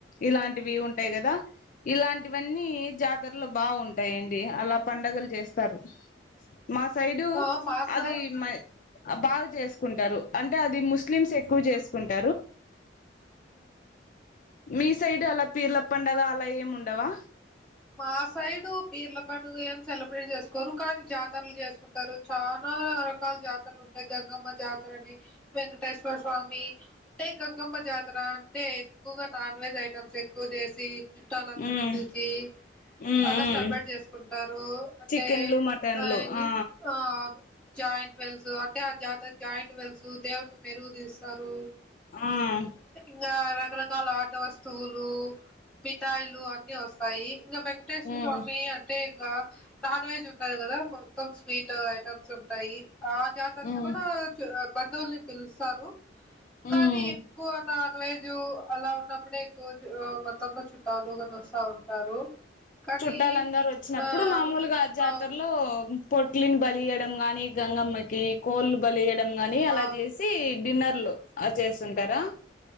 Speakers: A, on the left; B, in the centre.
A: ఇలాంట్ ఉంటాయి కదా ఇలాంటివన్నీ జాతరలో బాగుంటా అంతేలెండి అలా పండగలు చేస్తారు. మా సైడు
B: ఆ మా సై
A: అది మై బాగా చేసుకుంటారు అంటే అది ముస్తు ముస్లిమ్స్ ఎక్కువ చేసుకుంట్
B: ఉమ్
A: మీస్ సైడ్ అలా పీర్ల పండగ అలా ఏముండ డవా.
B: మా సైడు పీర్ల పండుగ ఏం సెలబ్రేట్ చేసుకోరు. కానీ జాతరలు చేసుకుంటారు. చాలా రకాల జాతరులు ఉంటాయి. గంగమ్మ జాతరని వెంకటేశ్వర స్వామి అంటే గంగమ్మ జాతర అంటే ఎక్కువగా నాన్ వెజ్ ఐటమ్స్ ఎక్కువ చేసి. చుట్టాలందరినీ
A: ఉమ్
B: పిలిచి.
A: ఉమ్
B: అలా
A: ఉమ్
B: సెలబ్రేట్ చేసుకుంటారు అంటే
A: చికెన్లు మటన్లు
B: ఆహ్ ఇవి
A: ఆ
B: ఆహ్ అవును. జాయింట్ వెల్స్ అంటే ఆహ్ జాతర జాయింట్ వెల్స్ దేవుని మెరుగు తీస్తారు.
A: ఆహ్.
B: ఇంకా రకరకాల ఆట వస్తువులు మిఠాయిలు అన్ని వస్తాయి. ఇంగా వెంకటేశ్వర
A: ఉమ్
B: స్వామి అంటే. నాన్ వెజ్ ఉండదు కదా మొత్తం స్వీట్ ఐటమ్స్ ఉంటాయి. ఆ జాతరకు
A: ఉమ్
B: కూడా చ. బంధువుల్ని పిలుస్తారు. కానీ
A: ఉమ్
B: ఎక్కువ. నాన్ వెజ్ అలా ఉన్నప్పుడే ఎక్కువ మొత్తంలో చుట్టాలుగాని వస్తా ఉంటారు. కానీ
A: చుట్టాలందరు వచ్చినప్పుడు
B: ఆ
A: మామూలుగా జాతరలో.
B: అవును
A: పొట్లిని బలియడం గానీ గంగమ్మ. కోళ్లు బలియడం గాని అలా
B: అవును
A: చేసి డిన్నర్. ఆహ్ చేస్తుంటారా.